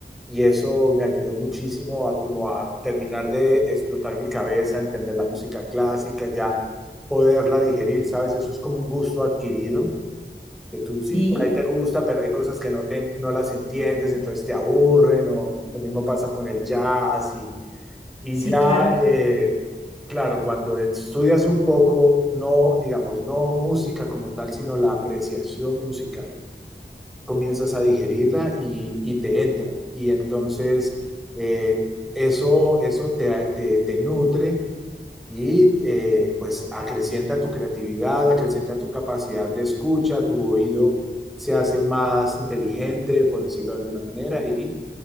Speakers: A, in the centre; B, on the left (about 35°).
A: y eso me ayudó muchísimo a como a terminar de explotar mi cabeza, entender la música clásica, ya poderla digerir, ¿sabes? Eso es como un gusto adquirido, que tú sí,
B: Sí.
A: por ahí te gusta, pero hay cosas que no, te, no las entiendes, entonces te aburren o lo mismo pasa con el jazz y y
B: Sí,
A: ya,
B: claro.
A: eh, claro, cuando estudias un poco, no, digamos, no música como tal, sino la apreciación musical, comienzas a digerirla y, y te entra. Y entonces eh, eso, eso te, te, te nutre y eh, pues acrecienta tu creatividad, acrecienta tu capacidad de escucha, tu oído se hace más inteligente, por decirlo de alguna manera, y